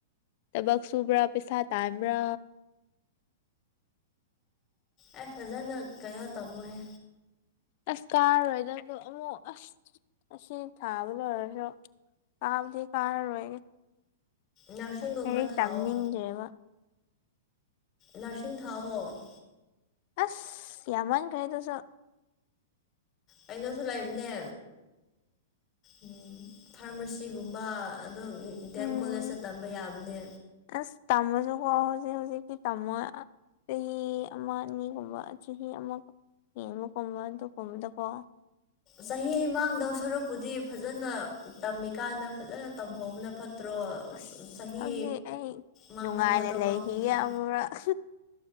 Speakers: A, on the left (about 50°); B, on the left (about 30°).
A: ꯊꯕꯛ ꯁꯨꯕ꯭ꯔꯥ ꯄꯩꯁꯥ ꯇꯥꯟꯕ꯭ꯔꯥ
B: ꯑꯦ ꯐꯖꯅ ꯀꯣꯅꯣ ꯇꯃꯣꯍꯦ
A: ꯑꯁ ꯀꯥꯔꯣꯏꯗ ꯑꯗꯨ ꯑꯃꯨꯛ ꯑꯁ ꯑꯁꯤ ꯊꯥꯕ ꯂꯣꯏꯔꯁꯨ ꯀꯥꯕꯗꯤ ꯀꯥꯔꯔꯣꯏ
B: ꯅꯔꯁꯤꯡꯒꯨꯝꯕ
A: ꯂꯩꯔꯤꯛ
B: ꯊꯥꯎꯑꯣ
A: ꯇꯝꯅꯤꯡꯗꯦꯕ
B: ꯅꯔꯁꯤꯡ ꯊꯥꯎꯑꯣ
A: ꯑꯁ ꯌꯥꯃꯟꯈ꯭ꯔꯦ ꯑꯗꯨꯁꯨ
B: ꯑꯩꯅꯁꯨ ꯂꯩꯕꯅꯦ ꯎꯝ ꯐꯥꯔꯃꯥꯁꯤꯒꯨꯝꯕ ꯑꯗꯨꯝ ꯗꯦꯝ
A: ꯎꯝ
B: ꯀꯣꯂꯦꯖꯇ ꯇꯝꯕ ꯌꯥꯕꯅꯦ
A: ꯑꯁ ꯇꯝꯃꯁꯨꯀꯣ ꯍꯧꯖꯤꯛ ꯍꯧꯖꯤꯛꯇꯤ ꯇꯝꯃꯣꯏ ꯆꯍꯤ ꯑꯃꯥ ꯑꯅꯤ ꯒꯨꯝꯕ ꯆꯍꯤ ꯑꯃ ꯌꯦꯡꯕꯨ ꯀꯝꯕ ꯇ ꯀꯝꯗꯀꯣ <unintelligible>
B: ꯆꯍꯤ ꯃꯥꯡꯗꯧ ꯁꯔꯨꯛꯄꯨꯗꯤ ꯐꯖꯅ ꯇꯝꯃꯤꯀꯥꯟꯗ ꯐꯖꯅ ꯇꯝꯍꯧꯕꯅ ꯐꯠꯇ꯭ꯔꯣ
A: ꯑꯁ
B: ꯆꯍꯤ
A: ꯍꯧꯖꯤꯛ ꯑꯩ
B: ꯃꯥꯡꯍꯟꯕꯗꯣ
A: ꯅꯨꯡꯉꯥꯏꯅ ꯂꯩꯈꯤꯒꯦ
B: ꯄꯥꯝꯃꯨꯗ꯭ꯔꯣ
A: ꯑꯃꯨꯔꯛ <inaudible>